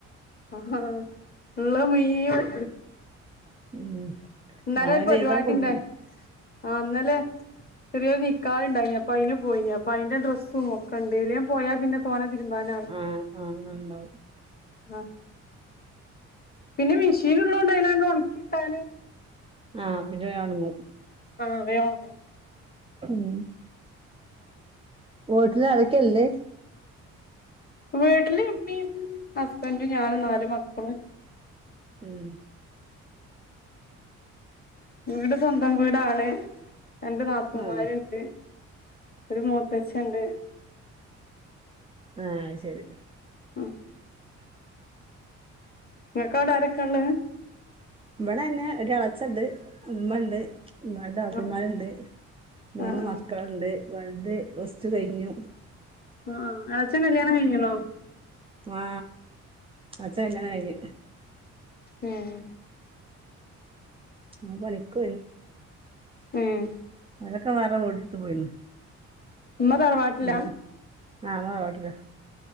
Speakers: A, on the left; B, on the right.
A: ആ ഉള്ള മുഴുവൻ
B: ഉം
A: ഇന്നാലരു
B: മഴ പെയ്താ
A: പരിപാടി
B: കുടുങ്ങും
A: ഉണ്ടായി ആ്ന്നല്ലെ ചെറിയരു ന നിക്കാ ഉണ്ടായി അപ്പ അയിന് പോയി അപ്പ അയിന്റെ ഡ്രസ്സും ഒക്കെന്തേലും പോയാ പിന്നെ തോനെ തിരുമ്പാനായി
B: ആഹ ആഹ ഉണ്ടാവും
A: ആ പിന്നെ മെഷീൻ ഉള്ളോണ്ട അ ലാൻഡ് ഉണക്കി ഇട്ടാല്
B: ആഹ് പിന്നെ വേ ഉണങ്ങും
A: ആ വേ ഉണങ്ങും
B: ഉം വോട്ടിൽ ആരൊക്കെയല്ലേ
A: വീട്ടില് ഇമ്മീ ഹസ്ബൻറും ഞാനും നാാലും മക്കളും
B: ഉം
A: ഉ വീട് സ്വന്തം വീടാണ് രണ്ട് നാത്തൂമാരുണ്ട്
B: ആഹ്
A: ഒരു മൂത്തച്ചൻ ഉണ്ട്
B: ആ ശരി
A: ആ നിനക്കാട ആരക്കാണ്
B: ഇവിടെന്നെ ഒരു ഇളച്ചണ്ട് ഉമ്മ ഉണ്ട് രണ്ട് നാത്തൂന്മാരുണ്ട്
A: ആഹ്
B: മൂന്ന്
A: ആഹ് ആഹ്
B: മക്കളുണ്ട് വലുത് പ്ലസ് ടു കഴിഞ്ഞു
A: ആ ആ ഇളച്ഛൻ കല്യാണം കഴിഞ്ഞളോ
B: ആ ഇളച്ചൻ കല്യാണം കഴിഞ്ഞ്
A: ഉം
B: ഓം പണിക്ക്
A: ഉം
B: പണിക്കൊനഅവരൊക്കെ വേറെ വീട് എടുത്തു പോയി
A: ഉമ്മ തറവാട്ടില
B: ആ ഉമ്മ തറവാട്ടില് െ